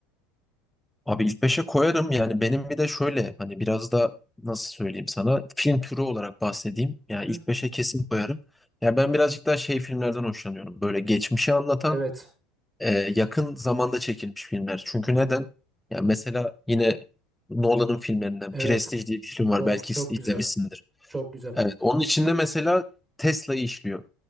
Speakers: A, in the centre; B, on the right.
A: Abi ilk beşe koyarım yani benim bir de şöyle hani biraz da nasıl söyleyeyim sana film türü olarak bahsedeyim. Yani
B: Hı hı.
A: ilk beşe kesin koyarım. Ya ben birazcık daha şey filmlerden hoşlanıyorum. Böyle geçmişi anlatan
B: Evet.
A: e, yakın zamanda çekilmiş filmler. Çünkü neden? Ya mesela yine Nolan'ın filmlerinden
B: Evet.
A: Prestige diye bir film var.
B: O
A: Belki
B: çok
A: iz- izlemişsindir.
B: güzel. Çok güzel.
A: Evet, onun içinde mesela Tesla'yı işliyor.